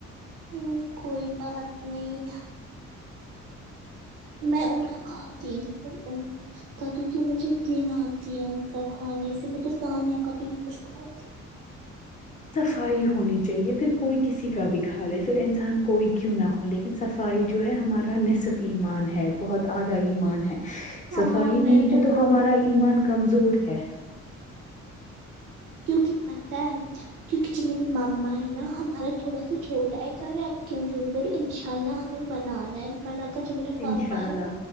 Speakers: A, on the right (about 80°); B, on the left (about 25°).
A: ہم کوئی بات نہیں میں ان کا کھاتی نی ہوں ان کا کیونکہ مجھے گن آتی ہے ان کا کھانے سے میں تو تانیا کا بی نی کچھ کھاتی
B: صفائی ہونی چاہیے پھر کوئی کسی کا بھی کھا لے پھر انسان کوئی کیوں نہ ہو لے ن صفائی جو ہے ہمارا نصف ایمان ہے بہت آدھا ایمان ہے
A: ہاں
B: صفائی
A: میں
B: نہیں ہے تو
A: بولوں
B: ہمارا ایمان
A: گی
B: کمزور ہے
A: کیونکہ پتہ ہے کیونکہ جو میری ماما ہے نا ہمارا تھوڑا سا چھوٹا ہے گھر ہے اب کیوں جو انشاء اللہ ہمیں بنانا ہے بڑا گھر جو میرا پاپا
B: انشاء
A: ہے
B: اللہ
A: وہ